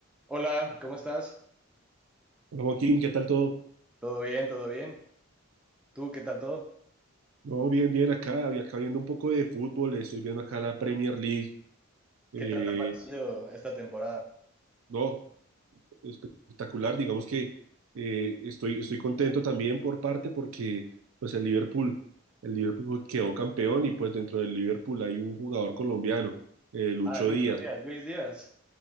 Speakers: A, in the centre; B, on the right.
A: Hola, ¿cómo estás?
B: Hola, Joaquín, ¿qué tal todo?
A: ¿Todo bien? ¿Todo bien? ¿Tú qué tal todo?
B: No, bien, bien acá, y acá viendo un poco de fútbol, eh, estoy viendo acá la Premier League. eh,
A: ¿Qué tal te ha parecido esta temporada?
B: no, espectacular, digamos que eh, estoy, estoy contento también por parte porque pues el Liverpool, el Liverpool pues, quedó campeón y pues dentro del Liverpool hay un jugador colombiano, eh, Lucho
A: Ah, Lucho
B: Díaz,
A: Díaz, Luis Díaz.